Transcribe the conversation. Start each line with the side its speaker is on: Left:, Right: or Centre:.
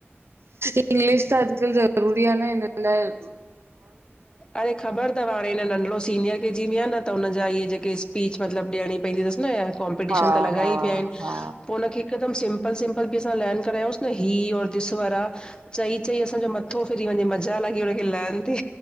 Right: इंग्लिश त अॼुकल्ह ज़रूरी आहे न हिन लाइ।
Left: अड़े ख़बर तथ्ह पर हिन नंढिओ सीनियर के जी में आहे न त हुननि जा इहेक स्पीच मतिलबु ॾियणी पवंद अथस न इ कॉम्पिटिशन
Right: हा
Left: त लॻा
Right: हा
Left: ई पिया आहिन,
Right: हा
Left: पो उनखे हिकदम सिंपल-सिंपल बि असां लैन करायोस न ही और दिस वारा। चई, चई असांजो मथो फिरी वञे मज़ाल आ कि हुनखे लर्न थे।